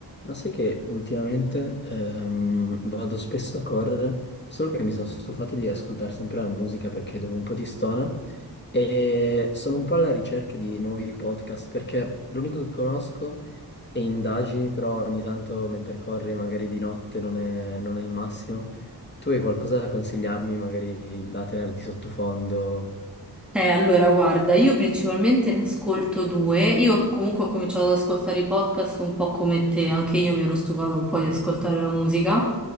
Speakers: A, on the left; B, in the centre.
A: Ma sai che ultimamente ehm, vado spesso a correre, solo che mi sono stufato di ascoltare sempre la musica perché dopo un po' ti stona e sono un po' alla ricerca di nuovi podcast perché l'unico che conosco è Indagini, però ogni tanto mentre corri magari di notte non è, non è il massimo. Tu hai qualcosa da consigliarmi magari da tenere di sottofondo?
B: Eh, allora, guarda, io principalmente ne ascolto due. Io comunque ho cominciato ad ascoltare i podcast un po' come te, anche io mi ero stufata un po' di ascoltare la musica.